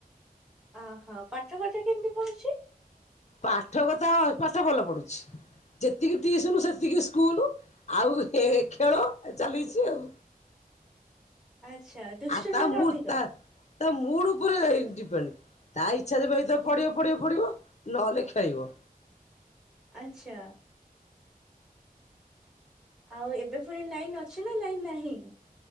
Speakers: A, in the centre; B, on the left.
A: ଓହୋ ପାଠ ଫାଠ କେମିତି ପଡୁଛି?
B: ପାଠ କଥା ଆଁ ପାଠ ଭଲ ପଢୁଛି। ଯେତିକି ଟିସୁନ ସେତିକି ସ୍କୁଲ ଆଉ ହେ ଖେଳ ଚାଲେଇଚି ଆଉ।
A: ଆଚ୍ଛା ଦୁଷ୍ଟ
B: ଆଉ ତା
A: ତାହେଲେ
B: ମୁଁ
A: ଅଧିକ?
B: ତା ତା ମୁଡ ଉପରେ-ଏ-ଏ ଡିପେଣ୍ଡ। ତା ଇଚ୍ଛା ଯେବେ ହେଇଥିବା ପଢିବ ପଢିବ ପଢିବ ନହେଲେ ଖେଳିବ।
A: ଆଛା ଆଉ ଏବେ ପୁଣି ଲାଇନ ଅ ଅଛି ନା ଲାଇନ ନାହିଁ?